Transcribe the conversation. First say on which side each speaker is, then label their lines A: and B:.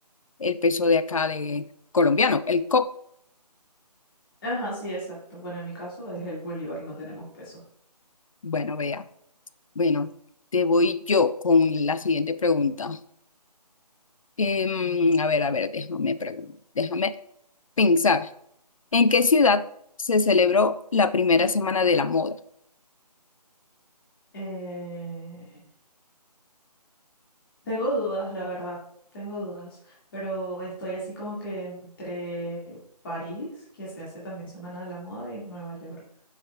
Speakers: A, on the left; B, on the left.
A: el peso de acá de colombiano, el COP.
B: Ajá, sí, exacto. Bueno, en mi caso es el bolívar, no tenemos peso.
A: Bueno, veamos. Bueno, te voy yo con la siguiente pregunta. Em, a ver, a ver, déjame, pregun- déjame pensar. ¿En qué ciudad se celebró la primera semana de la moda?
B: Eh, Tengo dudas, la verdad, tengo dudas, pero estoy así como que entre París, que se hace también Semana de la Moda, y Nueva York,